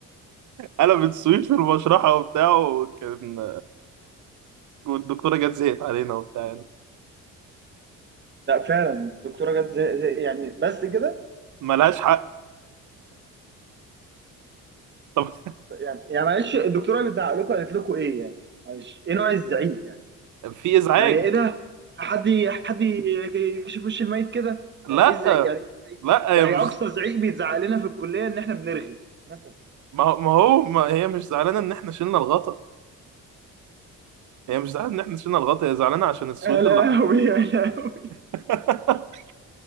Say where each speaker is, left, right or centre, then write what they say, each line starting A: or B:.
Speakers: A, on the right; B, on the right.
A: قلبت سويت في المشرحه وبتاع وكان والدكتوره جت زهقت علينا وبتاع يعني
B: لا فعلا الدكتورة جت زي, زي يعني بس كده
A: ملهاش حق طب
B: يعني يعني معلش الدكتورة بتزعق لكم قالت لكم ايه يعني معلش ايه نوع الزعيق يعني
A: <laughs> في ازعاج
B: يعني ايه ده حد ي- حد ي- يكشف وش الميت كده يعني
A: لا
B: ايه الزعيق يعني إيه الزعيق؟
A: لا هي
B: يعني
A: مش
B: اقصى زعيق بيتزعق لنا في الكلية ان احنا بنرغي مثلا
A: ما هو ما هو- ما هي مش زعلانه ان احنا شلنا الغطا هي مش زعلانه ان احنا شلنا الغطا هي زعلانه عشان السويت
B: يا لهوي
A: اللي حصل
B: يا لهوي
A: <laughs>